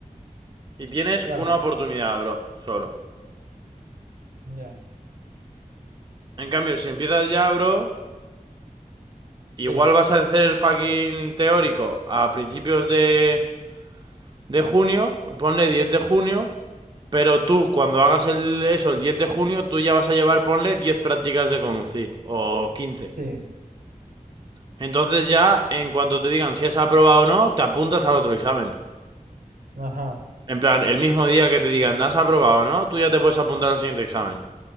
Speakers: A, on the right (about 35°); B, on the right (about 85°).
A: Y tienes
B: claro,
A: una oportunidad, bro, solo.
B: ya,
A: En cambio, si empiezas ya, bro, igual
B: sí,
A: vas a hacer el fucking teórico a principios de, de junio, ponle 10 de junio. Pero tú, cuando hagas el, eso el 10 de junio, tú ya vas a llevar, ponle, 10 prácticas de conducir, o 15.
B: sí,
A: Entonces ya, en cuanto te digan si has aprobado o no, te apuntas al otro examen.
B: ajá.
A: En plan, el mismo día que te digan has aprobado o no, tú ya te puedes apuntar al siguiente examen.